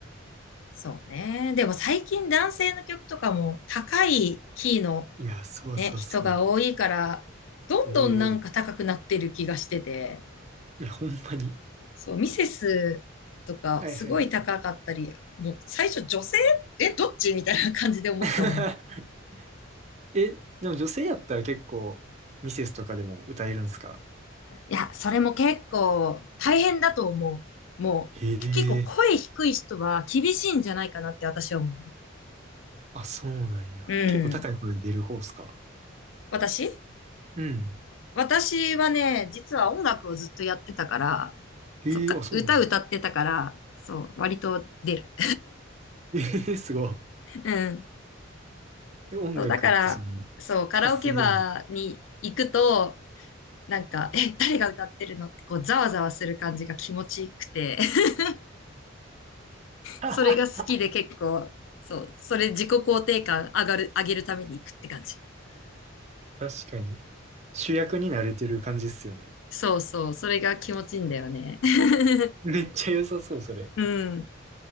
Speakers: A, on the left; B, on the right.
A: そうね。でも最近男性の曲とかも高いキーの
B: いや、そうそうそう。
A: ね、人が多いから、どんどんなんか高くなってる気がしてて、
B: 多い多い。いや、ほんまに。
A: そう、ミセスとかすごい高かったり、
B: はいはいはい。
A: もう最初女性え、どっちみたいな感じで思ったもん。
B: <laughs> え、でも女性やったら結構、ミセスとかでも歌えるんすか
A: いや、それも結構大変だと思う。もう、
B: へえ。
A: 結構声低い人は厳しいんじゃないかなって私は思う。
B: あ、そうなんや。
A: うん。
B: 結構高い声で出る方っすか
A: 私
B: うん。
A: 私はね、実は音楽をずっとやってたから、
B: へえ、
A: そうか、
B: あ、そうなの。
A: 歌歌ってたから、そう、割と出る。
B: ええ、<laughs> すごい。
A: <laughs> うん。
B: え音楽ってその、
A: そう、だから、そう、カラオケバーに行くと、
B: 発声でも。
A: なんか、<laughs> え、誰が歌ってるのってこう、ざわざわする感じが気持ちいくて、<laughs>
B: <laughs>
A: それが好きで結構、
B: はは
A: そう、それ自己肯定感上がる、上げるために行くって感じ。
B: 確かに。主役に慣れてる感じっすよね。
A: そうそう、それが気持ちいいんだよね。<laughs>
B: めっちゃ良さそう、それ。
A: うん。